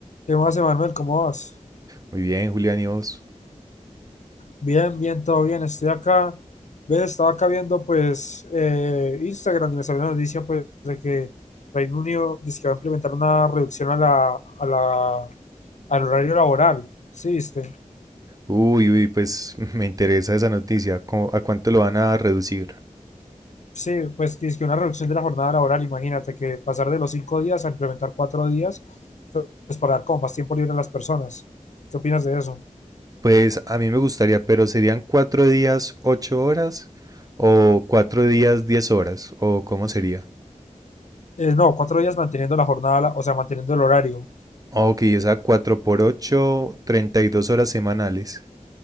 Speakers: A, on the left (about 65°); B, on the right (about 25°).
A: ¿Qué más, Emanuel? ¿Cómo vas?
B: Muy bien, Julián, ¿y vos?
A: Bien, bien, todo bien. Estoy acá. ¿Ves? Estaba acá viendo, pues, eh, Instagram y me salió una noticia, pues, de que Reino Unido dice que va a implementar una reducción a la, a la, al horario laboral. ¿Sí, viste?
B: Uy, uy, pues <laughs> me interesa esa noticia. ¿Cómo- ¿A cuánto lo van a reducir?
A: Sí, pues, que es que una reducción de la jornada laboral. Imagínate que pasar de los cinco días a implementar cuatro días, pues, para dar como más tiempo libre a las personas. ¿Qué opinas de eso?
B: Pues a mí me gustaría, pero ¿serían cuatro días, ocho horas? ¿O cuatro días, diez horas? ¿O cómo sería?
A: Eh, no, cuatro días manteniendo la jornada, la- o sea, manteniendo el horario.
B: Ok, esa cuatro por ocho, treinta y dos horas semanales.